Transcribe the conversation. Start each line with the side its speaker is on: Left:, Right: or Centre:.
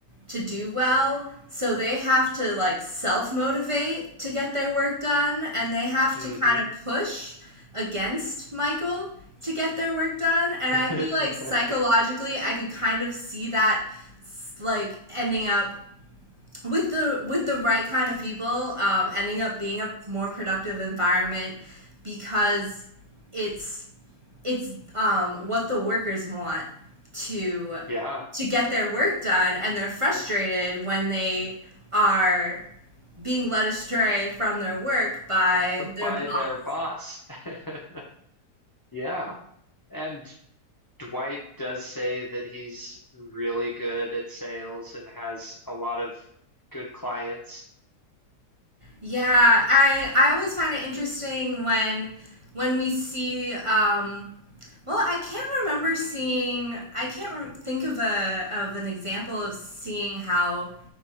Right: to do well so they have to like self motivate to get their work done and they have
Left: hmm
Right: to kind of push against Michael to get their work done and
Left: <laughs>
Right: I feel like psychologically I could kind of see that like ending up with the with the right kind of people um, ending up being a more productive environment because it's it's um, what the workers want to
Left: Yeah,
Right: to get their work done and they're frustrated when they are being led astray from their work by their
Left: by
Right: boss
Left: their boss. <laughs> Yeah. And Dwight does say that he's really good at sales and has a lot of good clients.
Right: yeah i i always find it interesting when when we see um, Well, I can't remember seeing. I can't re- think of a of an example of seeing how